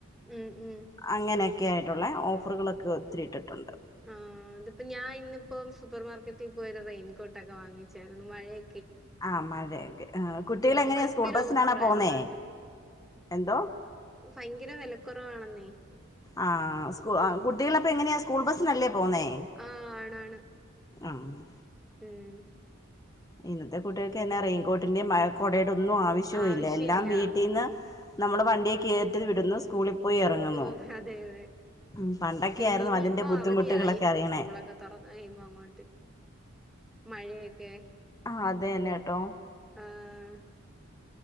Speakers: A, in the centre; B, on the left (about 15°).
A: ഉം ഉം.
B: അങ്ങനെയെക്കെയായ്ട്ടുള്ളെ ഓഫറുകളൊക്ക ഒത്തിരി ഇട്ടിട്ടുണ്ട്
A: ആഹ് ഇതിപ്പോ ഞാൻ ഇന്നിപ്പോം സൂപ്പർ മാർക്കറ്റിൽ പോയ് ഒരു റെയിൻകോട്ടൊക്കെ വാങ്ങിച്ചായിരുന്നു മഴയ്
B: ആഹ് മഴയെക്കെ ആഹ് കുട്ടികൾ എങ്ങനെയാ
A: ഭയങ്കര
B: സ്കൂൾ ബസ്സിനാണൊ
A: ഓഫറായിരുന്നു
B: പോന്നേ എന്തോ
A: ഒ ഫയങ്കര വെലക്കൊറവാണെന്നേ
B: ആഹ് സ്കൂ ആഹ് കുട്ടികളപ്പെങ്ങനെയാ സ്കൂൾ ബസ്സിനല്ലേ പോന്നേ
A: ആഹ് ആണാണ്
B: ആഹ്
A: ഉം
B: ഇന്നത്തെ കുട്ടിയേൾക്ക് ന്നെ റെയിൻകോട്ടിൻ്റെം മഴ കൊടേടൊന്നു ആവിശ് ഷൂ
A: ആവശ്യമില്ല.
B: ഇല്ലെ എല്ലാം വീട്ടിന്ന് നമ്മള് വണ്ടിയെ കേറ്റിൽ വിടുന്നു സ്കൂളിൽ പോയി ഇറങ്ങുന്നു
A: പൊ അതെ അതെ
B: ഉം പണ്ടൊക്കെ
A: പിന്നെ
B: ആയിരുന്നു
A: ഇനീപ്പൊ
B: അതിന്റെ ബുദ്ധിമുട്ടുകളൊക്കെ
A: അവധിയായിരിക്കും
B: അറിയണേ
A: സ്കൂളൊക്കെ തൊറന്ന കെയ്യുമ്പൊ അങ്ങോട്ട് മഴയൊക്കെ
B: അഹതെന്നെട്ടോ
A: ആഹ്